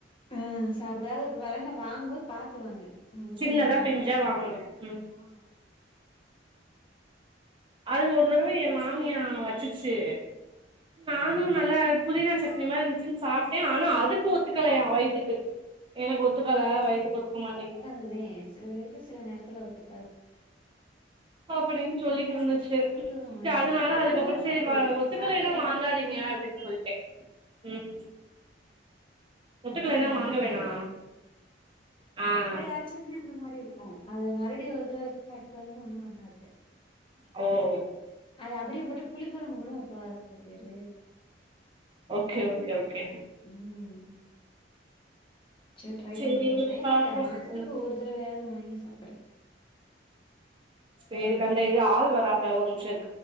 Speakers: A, on the left; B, on the right.
A: ஆ சாப்புடு அது பெரண்ட வாங்கும்போது பாத்து வாங்கு முத்தண
B: சின்னதா
A: தா வாங்கிறா
B: <inaudible>
A: ஆமா
B: அது ஒரு தடவ ஏ மாமியா வச்சுச்சு நானு ந ல்ல புதினா சட்னி மாரி இருந்சுன் சாப்ட்ட அனா அதுக்கு ஒத் ஒத்துக்கலயா வயித்துக்கு எனக்கு ஒத்துக்கல வயித்துக்கு ஒத்துக்க மாட்டிகுதுங்க
A: இதே சில பேருக்கு சில நேரத்துல ஒத்துக்காது
B: போப்புடின் சொல்லிக்கு இருந்துச்சு
A: முத்துனது வாய்ந்தது
B: செர் அதனால
A: ஒண்ணு
B: அதுக்கப்பறோ
A: பண்ணாது
B: செரி வா ஒத்துக்கலைன்னா
A: சாப்ட்டு எல்லாரு
B: வாங்காதீங்க
A: சும்மாவே
B: அப்டின்
A: இருப்போ
B: சொல் டே ம் ஒத்துக்கலைன்னா
A: அதால
B: வாங்க
A: ஒன்னு
B: வேணா
A: பண்ண <inaudible>
B: ஆ
A: எப்பயாச் சுமே அந்த மாரி இருக்கு அது மறுபடியு ஒரு தடவ வச்சு சாப்டு பாருங்க ஒன்னு பண்ணாது
B: அவ்வோ
A: அத அப்டியே போட்டு புளி கொழம்பு கூட வெப்பாக சில பேரு
B: ஓகே ஓகே ஓகே
A: ம் சேரி ட்ரை
B: சேரி
A: பண்ணி பாரு சயத்துக்கா
B: பாப்போ
A: மாசத்துக்கு
B: ம்
A: ஒரு தடவையாது வாங்கி சாப்புடு
B: சேரிக்கா இந்த இது ஆள் வராக ஒரு நிம்ஷ இரு